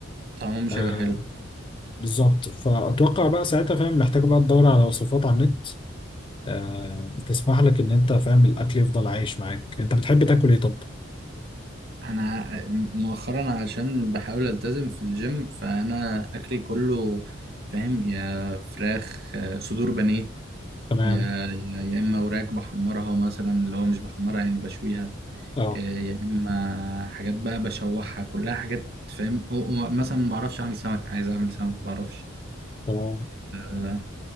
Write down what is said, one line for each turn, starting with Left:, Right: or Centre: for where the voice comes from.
Right: طعمه مش
Left: آه
Right: هيبقى حلو
Left: بالظبط فاتوقع بقى ساعتها فاهم محتاج بقى تدور على وصفات على النت آه، تسمح لك ان انت فاهم الاكل يفضل عايش معاك انت بتحب تاكل ايه طب
Right: انا مؤخرا عشان بحاول التزم في الجيم فانا اكلي كله فاهم يا فراخ آه، صدور بانيه
Left: تمام
Right: يا يا يا اما وراك بحمرها مثلا اللي هو مش بحمرها يعني بشويها
Left: اه
Right: إيه، يا اما حاجات بقى بشوحها كلها حاجات فاهم أو- أو مثلا ما بعرفش اعمل سمك عايز اعمل سمك ما بعرفش
Left: تمام
Right: آه،